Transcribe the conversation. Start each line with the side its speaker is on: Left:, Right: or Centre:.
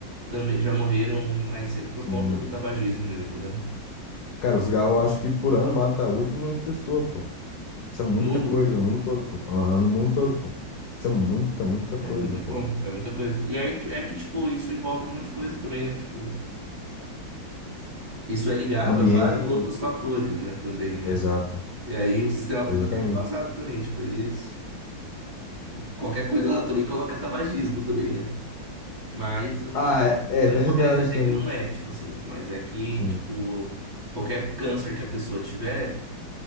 Right: também já morreram mais cedo por
Left: Sim.
Right: conta do tabagismo mesmo, né?
Left: Cara, o cigarro eu acho que por ano mata 8 milhões de pessoas, pô. Isso é
Right: No
Left: muita
Right: mundo?
Left: coisa, no mundo todo, pô. Aham, no mundo todo, pô. Isso é muita, muita
Right: É
Left: coisa,
Right: muita
Left: cara.
Right: como, é muita coisa. E é, é que, tipo, isso envolve um monte de coisa também, né? Tipo. Isso é ligado
Left: Ambiente.
Right: a vários outros fatores, né, também, né?
Left: Exato.
Right: E aí o sistema
Left: Exatamente.
Right: público é embaçado também, tipo, eles qualquer coisa lá também coloca tabagismo também, né? Mas eu não
Left: Ah,
Right: tô
Left: é,
Right: eu
Left: é verdade
Right: não tô querendo dizer
Left: também.
Right: que não é, tipo assim, mas é que,
Left: Sim.
Right: tipo, qualquer câncer que a pessoa tiver,